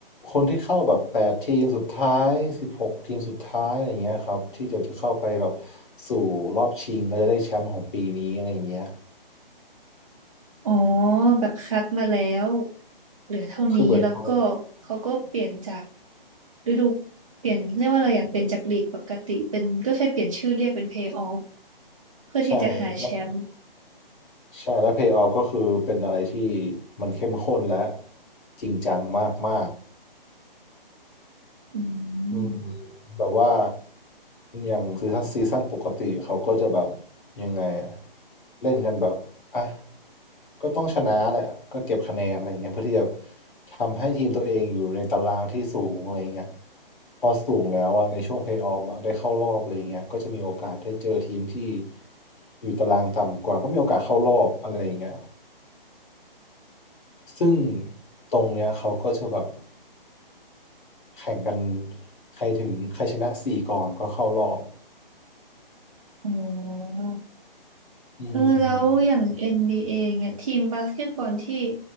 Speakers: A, on the left; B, on the right.
A: คนที่เข้าแบบแปดทีมสุดท้ายสิบหกทีมสุดท้ายอะไรเงี้ยครับที่จะจะเข้าไปแบบสู่รอบชิงก็จะได้แชมป์ของปีนี้อะไรเงี้ย
B: อ๋อแบบคัดมาแล้วเหลือเท่านี้แล้วก็เขาก็เปลี่ยนจาก
A: คือเหมือนเขา
B: ฤดูเปลี่ยนเรียกว่าอะไรอะเปลี่ยนจากลีกปกติเป็นก็แค่เปลี่ยนชื่อเรียกเป็นเพย์ออฟเพื่อที่จะหาแชมป์
A: ใช่แล้วใช่แล้ว Pay off ก็คือเป็นอะไรที่มันเข้มข้นและจริงจังมากก
B: อื
A: อืม
B: ม
A: แบบว่าอย่างซีซั่นซีซั่นปกติเขาก็จะแบบยังไงอะเล่นกันแบบอ่ะก็ต้องชนะแหละก็เก็บคะแนนอะไรเงี้ยเพื่อที่จะทำให้ทีมตัวเองอยู่ในตารางที่สูงอะไรเงี้ยพอสูงแล้วอ่ะในช่วงเพลย์ออฟได้เข้ารอบอะไรเงี้ยก็จะมีโอกาสได้เจอทีมที่อยู่ตารางต่ำกว่าก็มีโอกาสเข้ารอบอะไรอย่างเงี้ย ซึ่งตรงเนี้ยเขาก็จะแบบแข่งกันใครถึงใครชนะสี่ก่อนก็เข้ารอบ
B: อ๋อ
A: อื
B: เออแล้วอย่าง
A: ม
B: n b ีเอเนี่ยทีมบาสเกตบอลที่